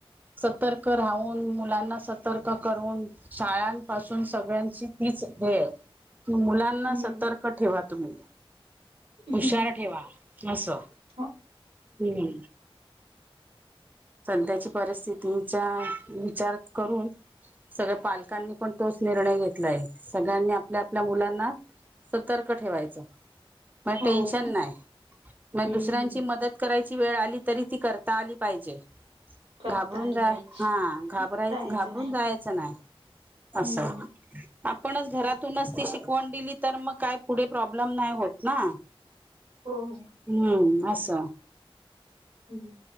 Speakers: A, on the right; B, on the right.
A: सतर्क राहून, मुलांना सतर्क करून शाळांपासून सगळ्यांची तीच भेय, की मुला ना,
B: हम्म
A: सतर्क ठेवा तुम्ही,
B: हम्म
A: हुशार ठेवा असं.
B: हो
A: हम्म, सध्याची परिस्थितीचा विचार करून सगळ्या पालकांनी पण तोच निर्णय घेतलाय. सगळ्यांनी आपल्या आपल्या मुलांना सतर्क ठेवायच. म
B: हो
A: टेनशन नाही. म
B: हम्म
A: दुसऱ्यांची मदत करायची वेळ आली तरी ती करता आली पाहिजे.
B: करता
A: घाबरून
B: आली
A: जा,
B: पाहिजे
A: हा घाबरायच
B: जायचं
A: घाबरून
B: नाही
A: जायच नाही. अस,
B: हम्म
A: आपणच घरातूनच ती शिकवण दिली तर मग ग काय पुढे प्रॉब्लेम नाही होत ना.
B: हो हो
A: हम्म अस
B: हम्म हम्म